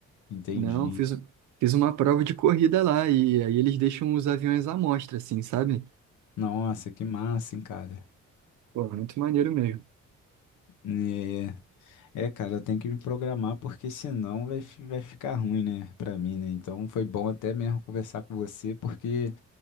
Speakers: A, on the left; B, on the right.
A: Entendi.
B: Não, fiz, fiz uma prova de corrida lá e aí eles deixam os aviões à mostra, assim, sabe?
A: Nossa, que massa, hein, cara.
B: Pô, muito maneiro mesmo.
A: Né, É, cara, eu tenho que me programar porque senão vai, fi- vai ficar ruim, né, pra mim, né? Então foi bom até mesmo conversar com você, porque